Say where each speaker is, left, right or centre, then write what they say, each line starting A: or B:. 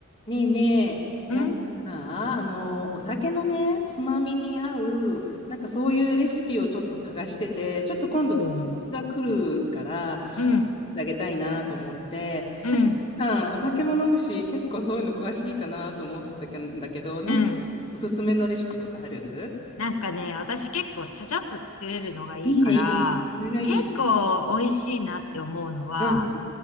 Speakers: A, on the left; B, on the left.
A: ねえねえ、
B: うん
A: なんかさ、あの、お酒のね、つまみに合う、なんかそういうレシピをちょっと探してて、ちょっと今度友達が来るから、
B: おう。うん、
A: あげたいなと思って、
B: うん、
A: なんか、さんお酒も飲むし、結構そういうの詳しいかなと思ったんだけど、なんか、
B: うん。
A: おすすめのレシピとかある
B: なんかね、私結構ちゃちゃっと作れるのがいいから、
A: いいね、いいね。それがいい。
B: 結構美味しいなって思うのは、
A: うん。